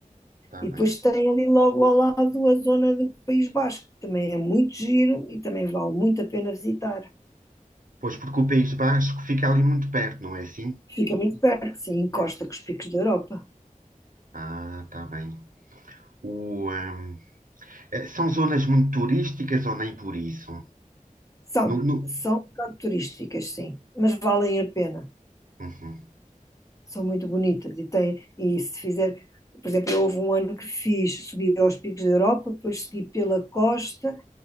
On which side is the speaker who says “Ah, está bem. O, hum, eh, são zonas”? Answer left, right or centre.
Right